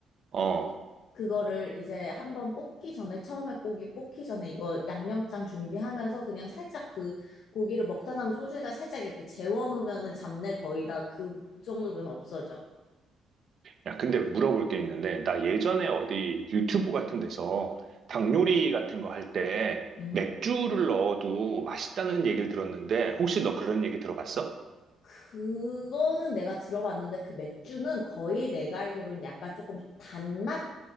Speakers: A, on the right; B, on the left.
A: 어.
B: 그거를 이제 한번 볶기 전에, 처음에 고기 볶기 전에 이거 양념장 준비하면서 그냥 살짝 그 고기를 먹다 남은 소주에다 살짝 이렇게 재워놓으면은 잡내 거의 다 그 정도면 없어져.
A: 야, 근데 물어볼 게 있는데, 나 예전에 어디 유튜브 같은 데서 닭 요리 같은 거 할 때
B: 응?
A: 맥주를 넣어도 맛있다는 얘기를 들었는데, 혹시 너 그런 얘기 들어봤어?
B: 그거는 내가 들어봤는데 그 맥주는 거의 내가 알기로는 약간 조금 단맛